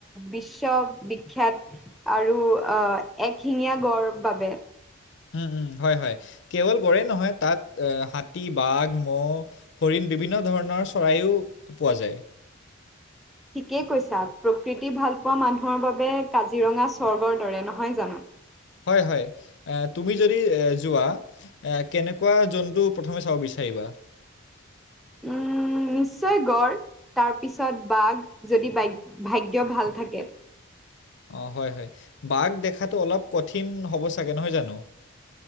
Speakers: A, in the centre; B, on the left.
A: বিশ্ব বিখ্যাত আৰু এক এশিঙীয়া গড় বাবে
B: উম উম হয় হয় কেৱল গড়ে নহয় তাত হাতী বাঘ মহ হৰিণ বিভিন্ন ধৰণৰ চৰায়ো পোৱা যায়।
A: ঠিকেই কৈছা প্ৰকৃতি ভালপোৱা মানুহৰ বাবে কাজিৰঙা স্বৰ্গৰ দৰে নহয় জানো
B: হয় হয় তুমি যদি এ যোৱা এ কেনেকুৱা জন্তু প্ৰথমে চাব বিচাৰি <unintelligible>
A: উম নিশ্চয় গড় তাৰ পিছত বাঘ যদি ভাগ্য ভাল থাকে।
B: অ হয় হয় বাঘ দেখাতটো অলপ কঠিন হ'ব চাগে নহয় জানো।